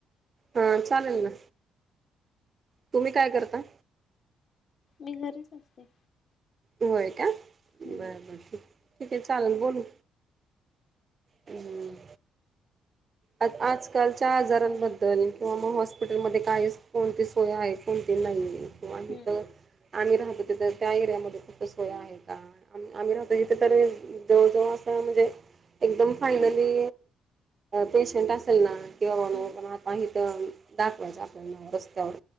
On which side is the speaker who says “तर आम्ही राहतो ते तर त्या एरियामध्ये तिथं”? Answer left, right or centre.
Right